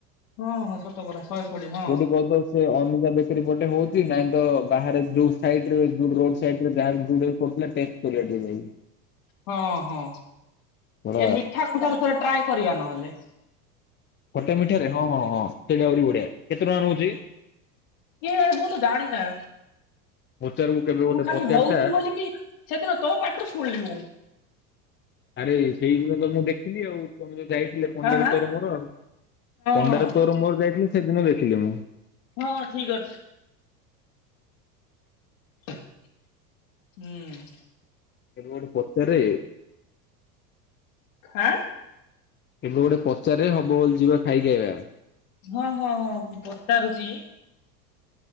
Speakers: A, on the left; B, on the left.
A: ହଁ ହଁ ସତକଥା ଶହେ କୋଡିଏ ହଁ।
B: କୋଉଠି କହତ ସେ ଅନିତା ବେକେରୀ ପଟେ ହଉଚି ନାଇଁ ତ ବାହାରେ ଯୋଉ ସାଇଟରେ ଏଯୋ ରୋଡ ସାଇଟରେ ଯାହା ଯୋଉଠୀ ପଡିଥିଲା ଟେ <unintelligible>
A: ହଁ ହଁ
B: କଣ
A: ଏ ମିଠା ଖୁଟା ରୁ ଥରେ ଟ୍ରାଏ କରିବା ନହେଲେ?
B: ଖଟା ମିଠାରେ ହଁ ହଁ ହଁ ସେଇଟା ଆହୁରି ବଢିଆ। କେତେ ଟଙ୍କା ନଉଚି?
A: କେଏଜାଣି ମୁଁ ତ ଜାଣିନା।
B: ପଚାରକୁ କେବେ ଗୋଟେ
A: ମୁଁ ଖାଲି
B: ପଚାରିଥା
A: ହଉଚି ବୋଲିକି ସେଦିନ ତୋ ପାଟିରୁ ଶୁଣିଲି ମୁଁ।
B: ଆରେ ସେଇଦିନତ ମୁଁ ଦେଖିଲି ଆଉ। ତମେ ଯୋଉ ଯାଇଥିଲେ ପଣ୍ଡାର
A: ଆଁ ଆଁ
B: ତୋର ମୋର ଆଉ। ପଣ୍ଡାର
A: ହଁ ହଁ।
B: ତୋର ମୋର ଯାଇଥିଲି ସେଦିନ ଦେଖିଲି ମୁଁ।
A: ହଁ ଠିକ ଅଛି। ଥୁ, ହୁଁ।
B: କେବେ ଗୋଟେ ପଚାରେ
A: ଖାଁ?
B: କେବେ ଗୋଟେ ପଚାରେ ହବ ବୋଲି ଯିବା ଖାଇକି ଆଇବା।
A: ହଁ ହଁ ହଁ ମୁଁ ପଚାରୁଚି